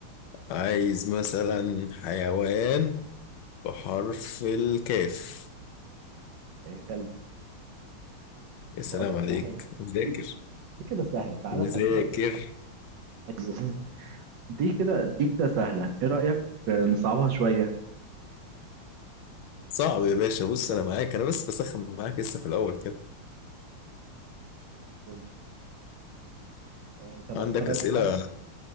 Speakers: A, on the left; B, on the right.
A: عايز مثلا حيوان بحرف الكاف
B: إيه كلب
A: يا سلام
B: بقول لك
A: عليك
B: على حاجه
A: مذاكر
B: دي بص دي كده سهله تعالى
A: مذاكر
B: خليها ايه ايوه دي كده دي كده سهلة ايه رأيك آه، نصعبها شوية
A: صعب يا باشا بص انا معاك انا بس بسخن معاك لسه في الاول كده
B: زي الفل. آه، طب
A: عندك
B: اختار انا
A: اسئله
B: حرف